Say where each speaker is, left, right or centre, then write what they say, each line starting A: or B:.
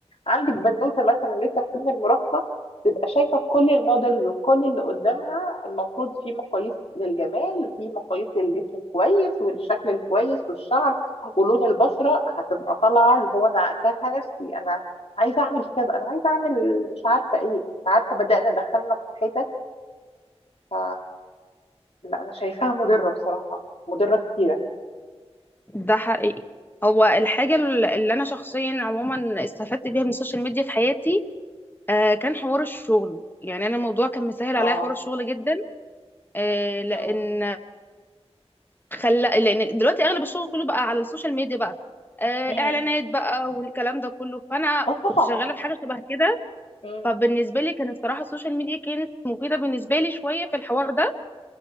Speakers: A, on the left; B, on the left.
A: عندك بنوته مثلا لسه في سن المراهقه تبقى شايفه كل المودلز وكل اللي قدامها المفروض في مقاييس للجمال في مقاييس للجسم الكويس والشكل الكويس والشعر ولون البشره هتبقى طالعه اللي هو انا كارهه نفسي انا عايزه اعمل كذا انا عايزه اعمل مش عارفه ايه مش عارفه بدانا دخلنا في حتت ف... لا انا شايفاها مضره بصراحه مضره كتيره
B: ده حقيقي هو الحاجة الل- اللي أنا شخصيا عموما استفدت بيها من السوشيال ميديا في حياتي آه كان حوار الشغل يعني أنا الموضوع كان مسهل
A: اه
B: عليا حوار الشغل جدا آه لأن
A: مم.
B: خلى لأن دلوقتي أغلب الشغل كله بقى على السوشيال ميديا بقى آه
A: مم.
B: إعلانات بقى والكلام ده كله فأنا
A: اه
B: كنت
A: طبعا
B: شغالة في حاجة شبه كده
A: مم.
B: فبالنسبة لي كانت الصراحة السوشيال ميديا كانت مفيدة بالنسبة لي شوية في الحوار ده